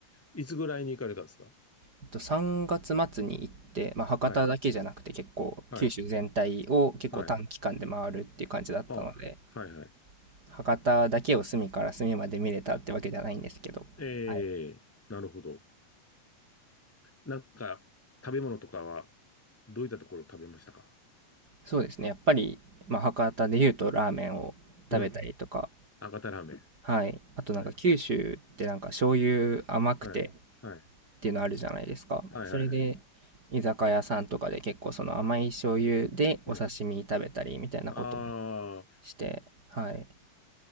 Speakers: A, in the centre; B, on the right.
A: いつぐらいに行かれたんですか
B: えっと、3月末に行って、まあ、博多だけじゃなくて結構九州全体を結構短期間で回るっていう感じだったので、
A: はい、はい、はい。あ、はい、はい。
B: 博多だけを隅から隅まで見れたってわけじゃないんですけど、
A: ええなるほど。
B: はい。
A: なんか、食べ物とかは、どういったところを食べましたか
B: そうですね。やっぱり、まあ、博多で言うとラーメンを食べたりとか、
A: うん。博多ラーメン。
B: はい。あとなんか九州ってなんか醤油甘くて
A: はい、はい、はい、
B: っていうのあるじゃないですか。
A: はい、
B: それで
A: はい。はい
B: 居酒屋さんとかで結構その甘い醤油でお刺身食べたりみたいなこと
A: うん。ああ、
B: して、はい。